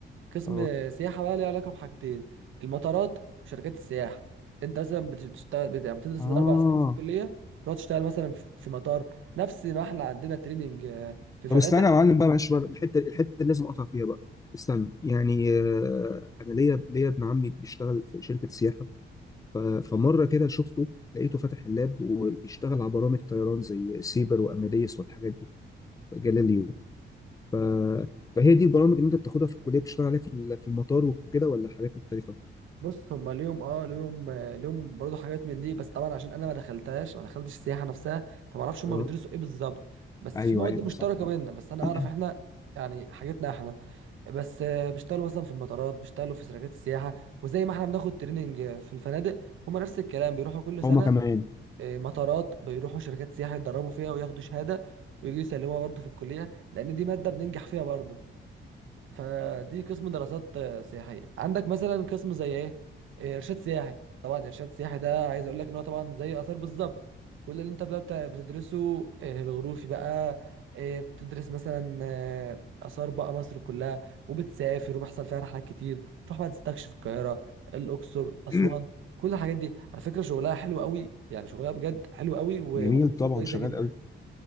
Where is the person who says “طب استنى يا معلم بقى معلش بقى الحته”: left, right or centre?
Left